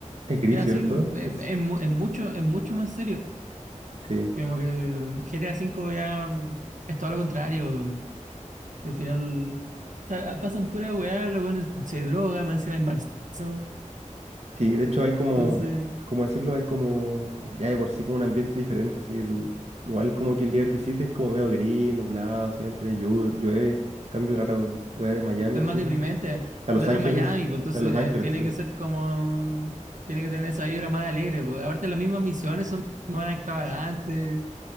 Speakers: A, on the right (about 60°); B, on the right (about 80°).
A: Es gris,
B: es así,
A: ¿cierto?
B: es,
A: Sí.
B: es mu- es mucho, es mucho más serio.
A: Sí,
B: Como que GTA 5 ya mm, es todo lo contrario. Al final o sea, pasan pura weá, luego se droga, más encima hay marciano.
A: Sí, de hecho hay como,
B: Entonces,
A: como decirlo, hay como, ya de por sí como un ambiente diferente, así el, igual como que el Liberty City es como medio gris, nublado, siempre llueve, llueve. Cambio raro, wea de Miami
B: es
A: así,
B: más deprimente.
A: a
B: El
A: Los
B: otro
A: Ángeles,
B: es Miami, pues entonces
A: a Los
B: eh,
A: Ángeles,
B: tiene
A: sí.
B: que ser como, tiene que tener esa vibra más alegre, pues. Aparte las mismas misiones son más extravagantes,